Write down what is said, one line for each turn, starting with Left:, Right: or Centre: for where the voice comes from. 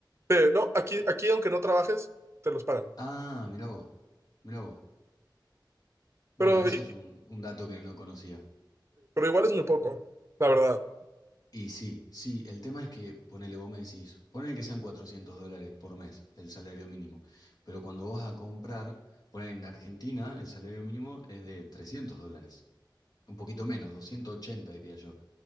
Right: Eh, no, aquí, aquí aunque no trabajes, te los pagan.
Left: Ah, mirá vos, mirá vos. Bueno,
Right: Pero,
Left: eso
Right: i-
Left: es un, un dato que no conocía.
Right: pero igual es muy poco, la verdad.
Left: Y sí, sí, el tema es que, ponele, vos me decís, ponele que sean 400 dólares por mes el salario mínimo, pero cuando vos vas a comprar, ponele en Argentina el salario mínimo es de 300 dólares, un poquito menos, 280 diría yo.